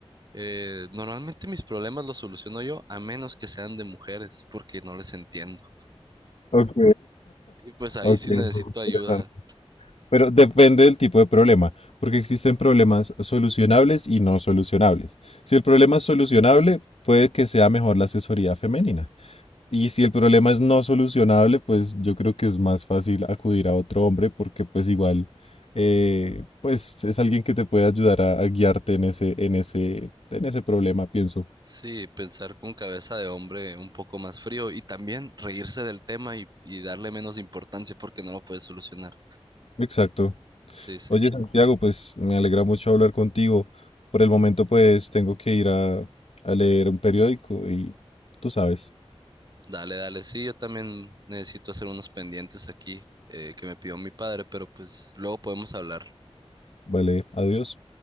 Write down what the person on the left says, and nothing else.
Ok,
ok,
interesante. Pero depende del tipo de problema, porque existen problemas solucionables y no solucionables. Si el problema es solucionable, puede que sea mejor la asesoría femenina. Y si el problema es no solucionable, pues yo creo que es más fácil acudir a otro hombre porque pues igual eh, pues es alguien que te puede ayudar a, a guiarte en ese, en ese, en ese problema, pienso.
Exacto.
Oye, Santiago, pues me alegra mucho hablar contigo. Por el momento, pues tengo que ir a, a leer un periódico y tú sabes.
Vale, adiós.